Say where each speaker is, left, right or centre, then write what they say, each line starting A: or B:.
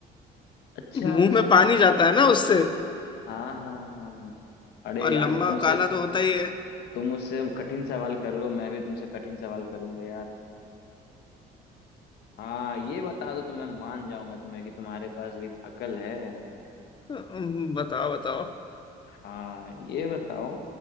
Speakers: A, on the left; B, on the left.
A: अच्छा
B: मुंह
A: अच्छा
B: में पानी जाता है ना उससे
A: हाँ हाँ हाँ अरे
B: और
A: यार
B: लंबा
A: तुम उसे
B: काला तो होता ही है
A: तुम उससे कठिन सवाल कर रहे हो मैं भी तुमसे कठिन सवाल करूंगा यार हाँ ये बता दो तो मैं मान जाऊंगा तुम्हें कि तुम्हारे पास भी अकल है
B: अम, बताओ बताओ
A: हाँ ये बताओ